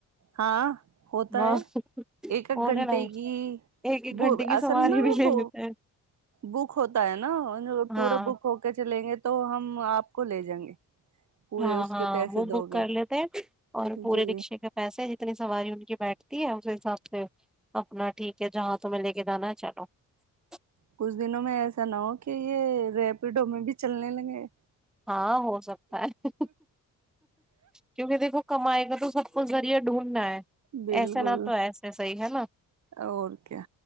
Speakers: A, on the right; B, in the centre.
A: ہاں ہوتا
B: ہاں
A: ہے ایک ایک
B: ہونے
A: گھنٹے
B: لگا
A: کی
B: ایک ایک گھنٹے
A: ب
B: کی سواری
A: اصل میں بھی
B: لے
A: ب
B: لیتے ہیں
A: بک ہوتا ہے نا پورا
B: ہاں
A: بک ہو کے چلیں گے تو تو ہم <unintelligible> لے جائیں گے پورے
B: ہاں
A: اس
B: ہاں
A: کے پیسے
B: وہ
A: دو
B: بک
A: گے
B: کر لیتے اور پورے
A: جی
B: رکشے کے پیسے <unintelligible> اپتنی سواری ان کی بیٹھتی ہے اسی حساب سے اپنا ٹھیک ہے جہاں تہیں لے کے جانا ہے چلو <unintelligible>
A: کچھ دنوں میں ایسا نہ ہو کہ یہ ریپیڈو میں بھی چلنے لگے
B: ہاں ہو سکتا ہے کیونکہ دیکھو کمائی کا تو سب پ زری ڈھونڈا ہے <unintelligible>
A: بالکل
B: ایسا نہ تو ایسے صحیح ہے نا
A: اور کیا